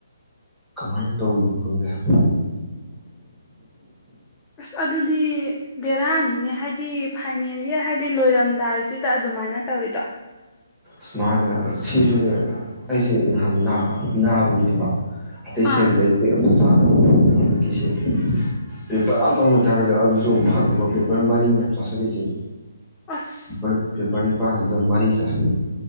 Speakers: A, in the centre; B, on the left (about 20°).
A: ꯀꯃꯥꯏ ꯇꯧꯔꯤꯅꯣ ꯈꯪꯗꯦꯍꯥꯏꯕ
B: ꯑꯁ ꯑꯗꯨꯗꯤ ꯕꯦꯔꯥꯅꯤꯅꯦ ꯍꯥꯏꯗꯤ ꯐꯥꯏꯅꯦꯜ ꯏꯌꯥꯔ ꯍꯥꯏꯗꯤ ꯂꯣꯏꯔꯝꯗꯥꯏꯁꯦ ꯑꯗꯨꯗ ꯑꯗꯨꯃꯥꯏꯅ ꯇꯧꯔꯤꯗꯣ
A: ꯁꯨꯃꯅꯦ ꯁꯤꯁꯨꯅꯦ ꯑꯩꯁꯦ ꯅꯍꯥꯟ ꯅ ꯅꯔꯨꯔꯦꯕ ꯑꯇꯩ
B: ꯑꯥ
A: ꯁꯦꯝꯖꯏ ꯑꯩ ꯕꯦꯛ ꯑꯝꯇ ꯆꯥꯗꯕ ꯍꯟꯗꯛꯀꯤꯁꯦ ꯄꯦꯄꯔ ꯑꯃ ꯇꯧ ꯉꯣꯏꯇꯥꯥꯔꯒꯗꯤ ꯑꯗꯨꯁꯨ ꯑꯃꯨꯛ ꯐꯗꯧꯕ ꯄꯦꯄꯔ ꯃꯔꯤꯅꯦ ꯍꯥꯏꯕ ꯆꯥꯁꯤꯜꯂꯤꯁꯦ
B: ꯑꯁ
A: <unintelligible> ꯀ ꯅꯤꯄꯥꯟꯗꯨꯗ ꯃꯔꯤ ꯆꯥꯁꯤꯟ